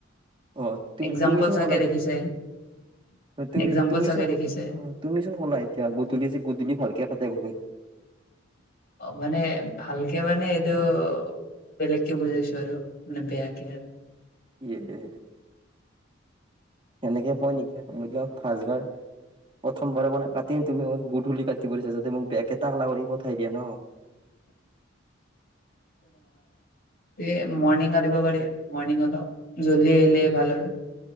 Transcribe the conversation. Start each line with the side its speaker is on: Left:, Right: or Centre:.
Right: অ
Left: এক্জাম্পল
Right: তুমি চোন
Left: চাগে
Right: ক'লা
Left: দেখিছে
Right: অ তুমি
Left: এক্জাম্পল
Right: তুমি
Left: চাগে
Right: চোন
Left: দেখিছে
Right: তুমি চোন ক'ল এতিয়া গুধুলি গুধুলী ভালকে কাটে বোলি
Left: অ মানে ভালকে মানে এইটো বেলেকে বুজাইছো আৰু মানে বেয়া কে
Right: ই দে সেনেকে কয় নেকি বাৰ প্ৰথমবাৰৰ বাবে কাটিম তুমি মোক গধূলি কাটি পৰিছা দিছা যাতে মোকে বেয়াকে তাকলা কৰি পঠাই দিয়ে ন
Left: এ মৰ্ণিং কাতিব পাৰি মৰ্ণং অলপ জললি আহিলে ভাল আৰু